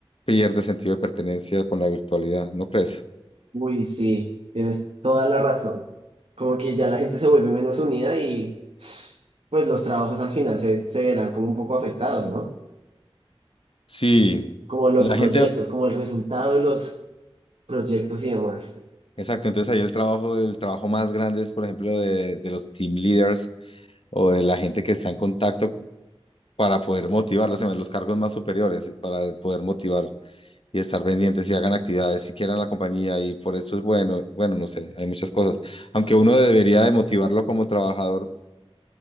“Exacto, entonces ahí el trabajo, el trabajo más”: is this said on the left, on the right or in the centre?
Left